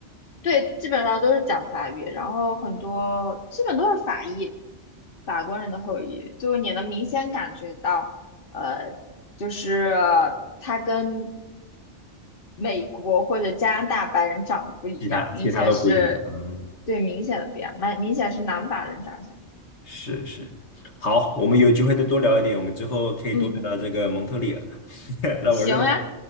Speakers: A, on the left; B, on the left.
A: 对，基本上都是讲法语，然后很多基本都是法裔，法国人的后裔，就你能明显感觉到，呃，就是他跟美国或者加拿大白人长得不一样，
B: 其他其他都不一样。
A: 明显是，
B: 嗯，
A: 对，明显的不一样，蛮明显是南法人长相，
B: 是是。好，我们有机会再多聊一点，我们之后可以多聊聊这个蒙特利尔，
A: 嗯，
B: <laughs> 让我认识
A: 行啊，